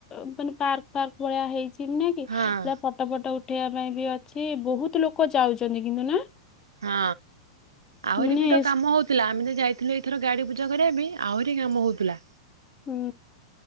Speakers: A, on the left; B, on the right.
A: ମାନେ ପାର୍କ ଫାର୍କ ଭଳିଆ ହେଇଚି। ସିନେରି
B: ହଁ
A: ପୁରା ଫଟୋ ଫୁଟ ଉଠେଇବା ପାଇଁ ବି ଅଛି ବହୁତ ଲୋକ ଯାଉଚନ୍ତି କିନ୍ତୁ ନା?
B: ହଁ। ଆହୁରି
A: ମାନେ
B: ବି ତ କାମ
A: ସ୍-
B: ହଉଥିଲା ଆମେ ଯୋଉ ଯାଇଥିଲି। ଏଥର ଗାଡ଼ି ପୂଜା କରିଆ ପାଇଁ ଆହୁରି କାମ ହଉଥିଲା।
A: ହୁଁ।